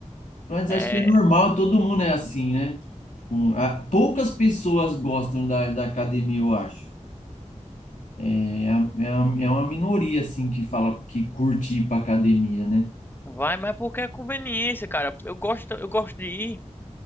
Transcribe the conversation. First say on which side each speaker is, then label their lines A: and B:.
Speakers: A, on the left; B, on the left.
A: Mas
B: É,
A: acho que é normal, todo mundo é assim, né? Com- a- poucas pessoas gostam da, da academia, eu acho. É, a- é, a- é uma minoria, assim, que fala que curte ir pra academia, né?
B: Vai, mas é porque é conveniência, cara. Eu gosto, eu gosto de ir,